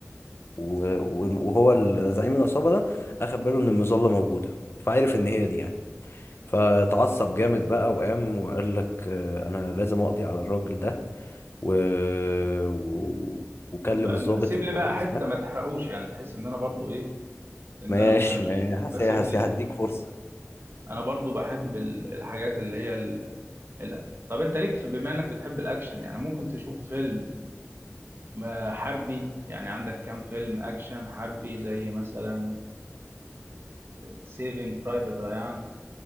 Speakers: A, on the left (about 55°); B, on the right (about 55°).
A: و... و- وهو زعيم العصابة ده اخد باله ان المظلة موجودة فعرف ان هي دي يعني فتعصب جامد بقى وقام وقال لك آه، انا لازم اقضي على الراجل ده و... و... وكلم
B: طب بقى-
A: الضابط
B: سيب
A: الكويس
B: لي بقى حته
A: ده
B: ما تحرقوش يعني بحيث ان انا برضو ايه ان
A: ماشي
B: انا ممكن اشوف
A: ماشي هس-
B: فسيب
A: هس-
B: لي
A: هديك فرصة
B: انا برضو بحب ال- الحاجات اللي هي ال... ال... طب انت ليك في بما انك بتحب الاكشن يعني ممكن تشوف فيلم آه، حربي يعني عندك كام فيلم اكشن حربي زي مثلا سيفينج برايفت ريان